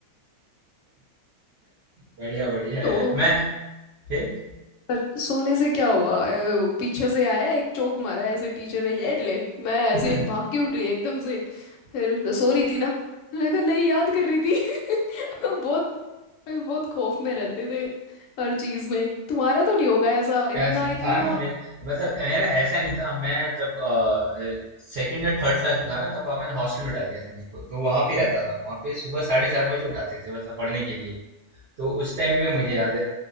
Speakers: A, on the right (about 55°); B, on the left (about 65°).
A: बढ़िया बढ़िया
B: तो
A: यार मैं फिर
B: पर सोने से क्या हुआ ए, वो पीछे से आया एक चोक मारा ऐसे टीचर ने ये ले मैं
A: <laughs>
B: ऐसे भाग के उठी एकदम से फिर सो रही थी ना मैंने कहा नहीं याद कर रही थी <laughs> बहुत बहुत खौफ में रहते थे हर चीज में तुम्हारा तो नहीं होगा ऐसा इतना
A: ऐसा
B: इतना
A: था ना मेरे मतलब मेरा ऐसा नहीं था मैं जब सेकंड या थर्ड क्लास में था ना तब पापा ने हॉस्टल में डाल दिया था मेरे को तो वहां पे रहता था वहां पे सुबह साढ़े चार बजे उठाते थे मतलब पढ़ने के लिए तो उस टाइम पे
B: ओ
A: मुझे याद है